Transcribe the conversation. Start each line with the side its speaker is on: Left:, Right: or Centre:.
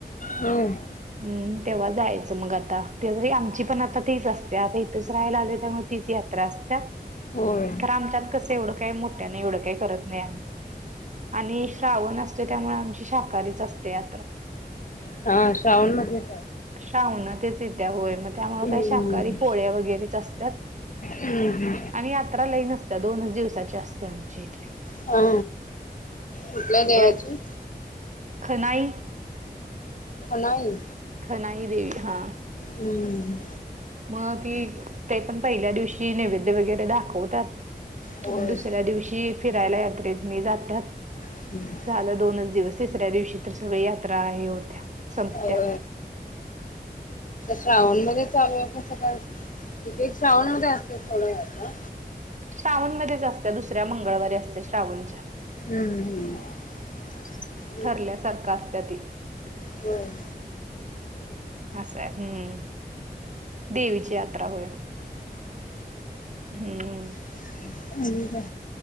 Left: हम.
Right: हम् तेव्हा जायचं मग आता ते जरी आमची पण आ. आता तीच असते आता इथेच राहायला त्यामुळे तीच यात्रा असत्या.
Left: होर.
Right: आमच्यात कस एवढं काही मोठ्या नाही एवढं काही करत नाही आम्ही आणि श्रावण असते त्यामुळे आमची शाकाहारीच असते यात्रा
Left: हा श्रावण मधलेत.
Right: शाह ना तेच त्या्या होय मग त्यामुळे
Left: हम्म
Right: काही शाकाहारी पोळ्या वगैरे असतात.
Left: हम्म
Right: आणि यात्रा लई नसत्या दोनच दिवसाची असते आमच्या इथले
Left: हा कुठल्या देवाची?
Right: एक- खनाई.
Left: नाहीई
Right: खनाई देवी हा
Left: हम्म.
Right: मग ती ते पण पहिल्या दिवशी नैवेद्य वगैरे दाखवतात.
Left: होय
Right: दुसऱ्या दिवशी फिरायला यात्रेत नाही जातात.
Left: हम्.
Right: झालं दोनच दिवस तिसऱ्या दिवशी तर सगळ यात्रा हे होत्या. संपत्या.
Left: हो श्रावण मध्ये चालू. कस काय तथे श्रावण का असत सथोडंता
Right: श्रावणमध्येध्येच असत्या दुसऱ्या मंगळवारी असत्या श्रावणच्या <inaudible>
Left: हम्म हम् <inaudible>
Right: ठरल्यासारखा असत त <inaudible>
Left: <inaudible> होम.
Right: <inaudible> असंय हम्म देवीची यात्रा होयल. <inaudible> हम्म.
Left: <inaudible> का